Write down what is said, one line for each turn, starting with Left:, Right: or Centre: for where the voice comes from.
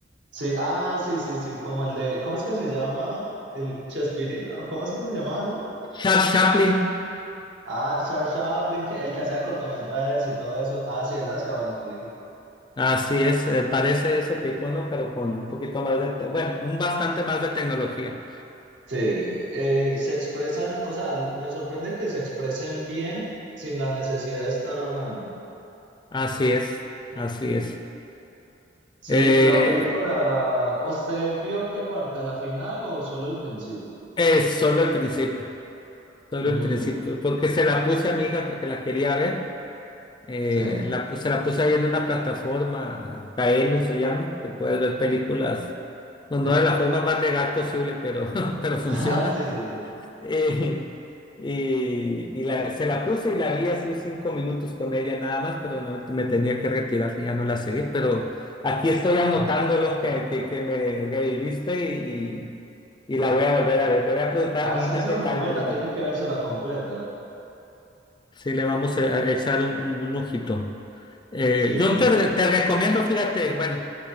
Right: Sí, ah, sí, sí, sí, como el de, ¿cómo es que se llama? ¿El Chespirito? ¿O ¿Cómo es que se llamaba ese?
Left: Charles Chaplin.
Right: Ah, Charles Chaplin, que- el que hacía cortometrajes y todo eso. Ah, sí, él hacía buenas películas.
Left: Así es, eh, parece ese tipo, ¿no? Pero con un poquito más de, te- bueno, un bastante más de tecnología.
Right: Sí, eh, se expresan, o sea, me sorprende que se expresen bien sin la necesidad de estar hablando.
Left: Así es, así es.
Right: Sí,
Left: Eh,
Right: la película, ¿usted vio qué parte, la final o solo el principio?
Left: es solo el principio, solo
Right: Mm,
Left: el principio, porque se la puse a mi hija porque la quería ver. Eh,
Right: sí,
Left: la, pu- se la puse ahí en una plataforma, Kaelu se llama, que puedes ver películas, no, no
Right: Sí.
Left: de la forma
Right: <laughs>
Left: más legal posible, pero, <laughs> pero funciona.
Right: Ah, sí, sí, sí.
Left: Eh, <laughs> y y la- se la puse y la vi así cinco minutos con ella nada más, pero me, me tenía que retirar, ya no la seguí, pero aquí estoy anotando
Right: Mm.
Left: lo que, que, que me reviviste y, y la voy a volver a ver. Le voy a preguntar
Right: Ah,
Left: a mi
Right: sí,
Left: hija
Right: esa
Left: qué
Right: es muy
Left: tal
Right: buena,
Left: primero.
Right: tiene que vérsela completa.
Left: Sí, le vamos a a echar un, un, un ojito. Eh,
Right: sí.
Left: yo
Right: mi-
Left: te, te recomiendo, fíjate, bueno,